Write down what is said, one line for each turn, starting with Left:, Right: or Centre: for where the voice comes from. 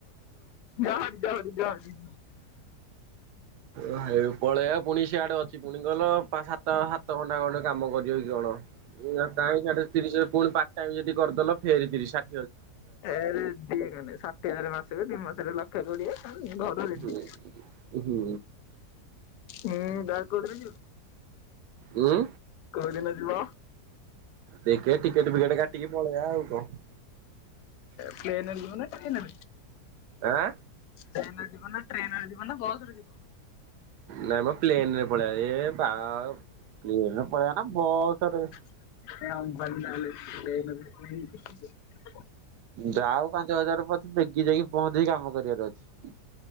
Left: ଯା ହାରି, ଯା ହାରି, ଯା ହାରି।
Right: ଓ ପଳେଇବା ପୁଣି ସିଆଡେ ଅଛି ପୁଣି ଗଲ ପା, ସାତ, ସାତ ଘଣ୍ଟା ଖଣ୍ଡେ କାମ କରିବ କି କଣ? କାଇଁ ସିଆଡେ ତିରିଶ ପୁଣି ପା ଟାଇ ଯଦି କରିଦଲ ଫେରେ ତିରି- ସାଠି
Left: ଏରେ ଦି କ ଷାଠିଏ ହଜାର ମାସ ତିନି ମାସରେ ଲକ୍ଷ କୋଡିଏ। ଘରୁ ରେଡି
Right: ହୁଁ ହୁଁ
Left: ହୁଁ ବା କଡି
Right: ଉଁ
Left: କଉଦିନ ଯିବ?
Right: ଦେଖେ ଟିକେଟ ଫିକେଟ କାଟିକି ପଳେଇବା ଆଉ କଣ
Left: ପ୍ଲେନ ରେ ଯିବ ନା ଟ୍ରେନ?
Right: ଆଁ
Left: ପ୍ଲେନ ରେ ଯିବ ନା, ଟ୍ରେନରେ ଯିବ ନା, ବସରେ ଯିବ?
Right: ନାଇଁ ମ ପ୍ଲେନରେ ପଳିବା। ବା, ପ୍ଲେନରେ ପଳେଇବା ନା ବସ ରେ।
Left: ବ <unintelligible>
Right: ଯାଉ ପାଞ୍ଚ ହଜାର ପଛେ, ଦେଗୀ ଯାଇକି ପହଞ୍ଚିକି କାମ କରିବାର ଅଛି।